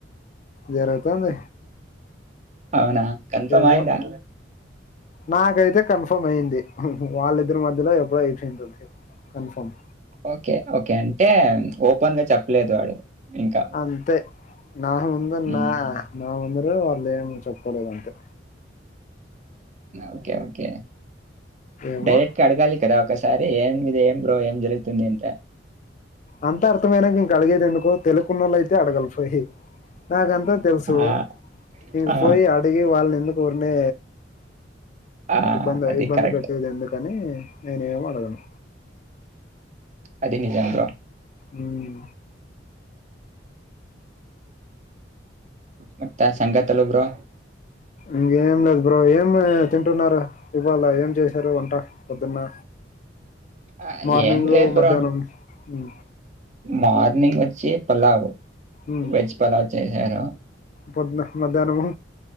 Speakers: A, on the left (about 40°); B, on the right (about 40°).
A: జరుగుతుంది
B: అవునా కన్ఫర్మ్
A: ఏదో
B: అయిందా?
A: నాకైతే కన్ఫర్మ్ అయింది వాళ్ళిద్దరి మధ్యలో ఎప్పుడో అయిపొయింది అది కన్ఫామ్
B: ఓకే ఓకే అంటే ఓపెన్ గా చెప్పలేదు వాడు ఇంకా.
A: అంతే నా ముంద
B: హుహు.
A: నా నా ముందర వాళ్ళు ఏం చెప్పుకోలేదు అంతే
B: ఓకే ఓకే
A: ఏమో
B: డైరెక్ట్ అడగాలి కదా ఒకసారి ఏం మీదీ ఏం బ్రో ఏం జరుగుతుంది అంటే
A: అంత అర్థమయినా ఇంకా అడిగేది ఎందుకు తెలు కొన్నోళ్ళు అయితే అడగలి పోయి నాకంతా తెలుసు
B: ఆ!
A: ఇక
B: ఆ!
A: పోయి అడుగి వాళ్ళనిందుకు అంటే
B: ఆ!
A: ఇబ్బంది
B: అది
A: ఇబ్బంది
B: కరెక్ట్.
A: పెట్టేది ఎందుకని నేను ఏం అడగను
B: అది నిజం బ్రో
A: మ్మ్.
B: మత్త సంగతిలు బ్రో
A: ఇంకేం లేదు బ్రో ఏం తింటున్నారు ఇవాల ఏం చేశారు వంట పొద్దున్న
B: ఆ
A: మార్నింగ్
B: ఏం లేదు బ్రో
A: మధ్యాహ్నం మ్మ్.
B: మార్నింగ్ వచ్చి పలావ్
A: మ్మ్.
B: వెజ్ పలావ్ చేసారు
A: పొద్దున మధ్యాహ్నము